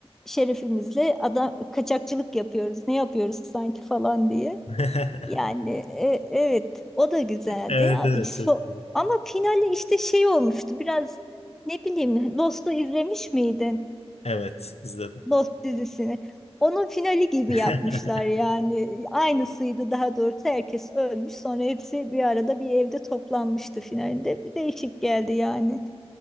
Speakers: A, in the centre; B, on the left (about 75°).
A: şerefimizle adam kaçakçılık yapıyoruz. Ne yapıyoruz sanki falan diye.
B: <laughs>
A: Yani e, evet o da güzeldi.
B: Evet
A: A-
B: evet
A: so-
B: çok iyi.
A: Ama finali işte şey olmuştu biraz ne bileyim Lost'u izlemiş miydin?
B: Evet izledim.
A: Lost dizisini. Onun finali gibi
B: <laughs>
A: yapmışlar yani. Aynısıydı daha doğrusu herkes ölmüş. Sonra hepsi bir arada bir evde toplanmıştı finalinde. Bir değişik geldi yani.